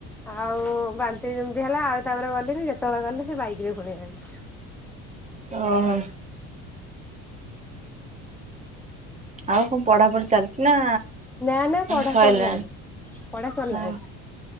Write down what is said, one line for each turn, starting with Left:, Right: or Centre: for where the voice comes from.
Centre: ଆଉ ବାନ୍ତି ଯେମିତି ହେଲା ଆଉ ତାପରେ ଗଲିଣିି ଯେତେବେଳେ ଗଲି ସେ ବାଇକ ରେ ପଳେଇ ଗଲି।
Right: ଓହୋ ଆଉ କଣ ପଢାପଢି ଚାଲିଛି ନା।
Centre: ନା ନା ପଢା
Right: ସଇଲାଣି?
Centre: ସରିଲାଣି ପଢା ସରିଲାଣି।
Right: ଓ